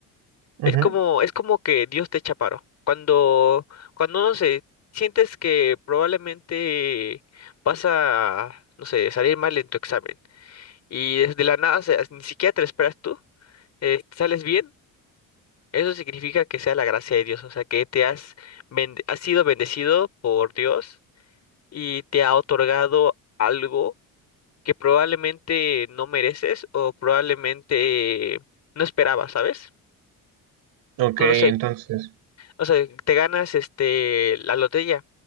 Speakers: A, on the right; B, on the left.
A: ujú.
B: Es Ujú. como, es como que Dios te echa paro. Cuando, cuando no sé, sientes que probablemente vas a, no sé, salir mal en tu examen y desde la nada, o sea, ni siquiera te lo esperas tú, eh, sales bien. Eso significa que sea la gracia de Dios, o sea, que te has, bend- has sido bendecido por Dios y te ha otorgado algo que probablemente no mereces o probablemente no esperabas, ¿sabes?
A: Ok,
B: No
A: entonces.
B: lo sé, o sea, te ganas este la lotería